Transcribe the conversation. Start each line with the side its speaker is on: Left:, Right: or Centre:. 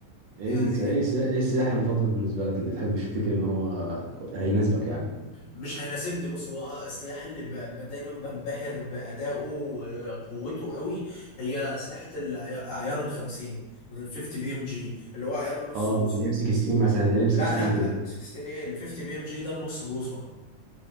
Right: ايه
Left: يعني
Right: الس- ايه السلا- إيه السلاح المفضل بالنسبه لك اللي تحب تفتكر ان هو هيناسبك يعني
Left: مش هيناسبني بص هو آه، السلاح اللي ب... ب- دايما بنبهر بادائه وقوته قوي هي اسلحه العيار ال 50 ال 50 بي ام جي اللي هو عيار النص
Right: اه
Left: بوصه
Right: الام 16 مثلا زي الام 16
Left: لا لا
Right: كده
Left: امسك 60 ايه ال 50 بي ام جي ده النص بوصه